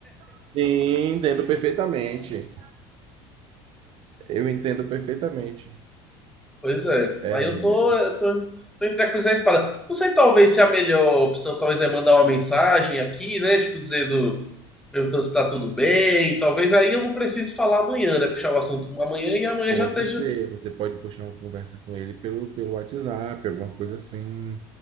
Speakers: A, on the right; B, in the centre.
A: Sim, entendo perfeitamente. Eu entendo perfeitamente.
B: Pois é.
A: É,
B: Aí eu tô, eu tô, tô entre a cruz e a espada. Não sei, talvez, se é a melhor opção talvez é mandar uma mensagem aqui, né? Tipo, dizendo, perguntando se tá tudo bem. Talvez aí eu não precise falar amanhã, né? Puxar o assunto amanhã e amanhã
A: pode
B: já esteja.
A: ser, você pode puxar uma conversa com ele pelo, pelo WhatsApp, alguma coisa assim.